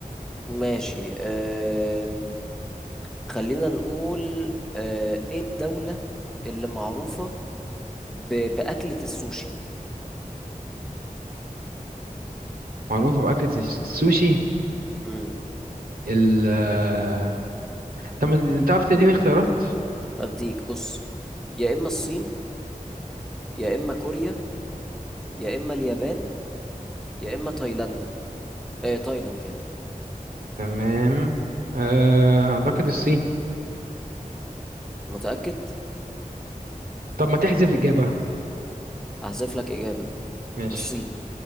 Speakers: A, in the centre; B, on the right.
A: ماشي آم، خلينا نقول آه، إيه الدولة اللي معروفة ب- بأكلة السوشي
B: معروفة بأكلة الس- السوشي
A: مم.
B: ال آه، طب ما تعرف تديني اختيارات
A: أديك بص يا إما الصين يا إما كوريا يا إما اليابان يا إما تايلاندا إيه تايلاند يعني
B: تمام آه، أعتقد الصين
A: متأكد
B: طب ما تحذف إجابة
A: هحذف لك إجابة
B: ماشي
A: الصين